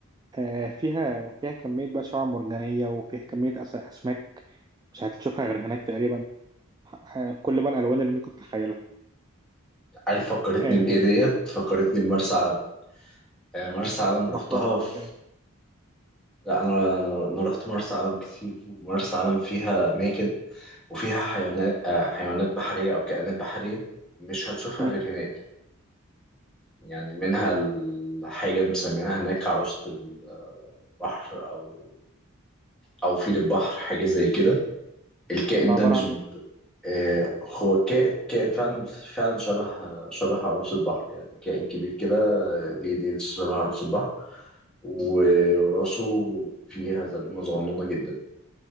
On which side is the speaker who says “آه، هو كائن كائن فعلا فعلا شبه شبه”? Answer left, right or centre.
Centre